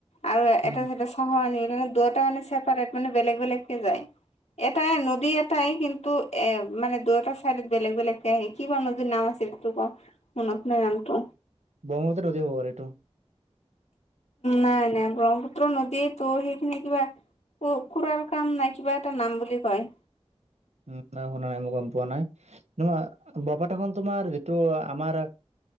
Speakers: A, on the left; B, on the right.
A: আৰু এটা
B: উম
A: চাইদে চাফা পানী <unintelligible> দুটা মানে চছেপাৰেট মানে বেলেগ বেলেগকে যায়। এটাই নদী এটাই কিন্তু, এ মানে দুয় এটা চাইডত বেলেগ বেলেগকে আহে কিবা নদীৰ নাম আছিল। টো'ক অ' মনত নাই নামটো।
B: ব্ৰহ্মপুত্ৰ নদ হ'ব আৰু এইটো।
A: নাই নাই ব্ৰহ্মপুত্ৰ নদীয়ে তো সেইখিনি কিবা খুৰাৰ কাম নাই কিবা এটা নাম বুলি কয়।
B: উ শুনা নাই ম গম পোৱা নাই, তো বৰপেটা খন তোমাৰ যটো আমাৰ